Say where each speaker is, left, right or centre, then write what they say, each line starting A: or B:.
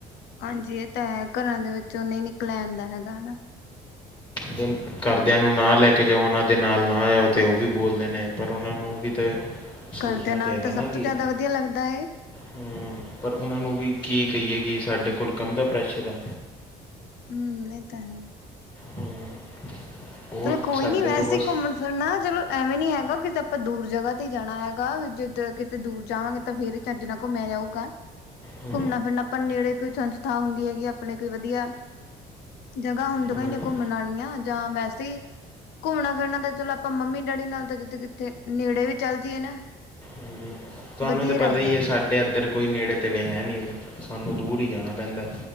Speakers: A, on the left; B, on the left.
A: ਹਾਂਜੀ, ਇਹ ਤਾਂ ਐ ਘਰਾਂ ਦੇ ਵਿੱਚੋਂ ਨਹੀਂ ਨਿਕਲਿਆ ਜਾਂਦਾ ਹੈਗਾ ਹਨਾ।
B: ਦਿਨ ਘਰਦਿਆਂ ਨੂੰ ਨਾ ਲੈ ਕੇ ਜਾਓ। ਉਹਨਾਂ ਦੇ ਨਾਲ ਨਾ ਜਾਓ ਅਤੇ ਉਹ ਵੀ ਬੋਲਦੇ ਨੇ। ਪਰ ਉਹਨਾਂ ਨੂੰ ਵੀ ਤਾਂ ਸੋਚਣਾ
A: ਘਰ ਦੇ ਨਾਲ
B: ਚਾਹੀਦਾ
A: ਤਾਂ
B: ਐ
A: ਸਭ
B: ਨਾ ਕਿ
A: ਤੋਂ ਜ਼ਿਆਦਾ ਵਧੀਆ ਲੱਗਦਾ ਏ।
B: ਹੂੰ ਪਰ ਉਹਨਾਂ ਨੂੰ ਵੀ ਕੀ ਕਹੀਏ ਵੀ ਕਿ ਸਾਡੇ ਕੋਲ ਕੰਮ ਦਾ ਪ੍ਰੈਸ਼ਰ ਆ‌।
A: ਹਮ ਇਹ ਤਾਂ ਹੈ।
B: ਹੂੰ, ਉਹ
A: ਚੱਲੋ ਕੋਈ
B: ਸਾਡੇ
A: ਨੀ ਵੈਸੇ
B: ਤੋਂ ਬਸ
A: ਘੁੰਮਣ ਫਿਰਨਾ ਚੱਲੋ ਐਵੇਂ ਨੀ ਹੈਗਾ ਕਿਤੇ ਆਪਾਂ ਦੂਰ ਜਗ੍ਹਾ ਤੇ ਹੀ ਜਾਣਾ ਹੈਗਾ ਜਿੱਦੇ ਕਿਤੇ ਦੂਰ ਜਾਵਾਂਗੇ ਤਾਂ ਫਿਰ ਹੀ ਚੱਜ ਨਾਲ ਘੁੰਮਿਆ ਜਾਊਗਾ ਘੁੰਮਣਾ
B: ਹੂੰ
A: ਫਿਰਨਾ ਆਪਾਂ ਨੇੜੇ ਕੋਈ ਸੰਸਥਾ ਹੁੰਦੀ ਹੈਗੀ ਆਪਣੇ ਕੋਈ ਵਧੀਆ। ਜਗ੍ਹਾ ਹੁੰਦਆਂ
B: ਹੂੰ
A: ਈ ਨੇ ਘੁੰਮਣ ਵਾਲੀਆਂ ਜਾਂ ਵੈਸੇ। ਸੀ ਘੁੰਮਣਾ-ਫਿਰਨਾ ਤਾਂ ਚੱਲੋ ਆਪਾਂ ਮੰਮੀ-ਡੈਡੀ ਨਾਲ ਤਾਂ ਜਿੱਥੇ ਕਿੱਥੇ ਨੇੜੇ ਵੀ ਚੱਲ ਜਾਈਏ ਨਾ।
B: ਹਾਂਜੀ। ਤੁਹਾਨੂੰ
A: ਵਧੀਆ
B: ਤਾਂ
A: ਹੀ
B: ਪਤਾ
A: ਲੱਗਦਾ।
B: ਈ‌ ਐ ਸਾਡੇ ਇੱਧਰ ਕੋਈ ਨੇੜੇ-ਤੇੜੇ ਐ ਨਹੀਂ ਸਾਨੂੰ ਦੂਰ ਹੀ ਜਾਣਾ ਪੈਂਦਾ।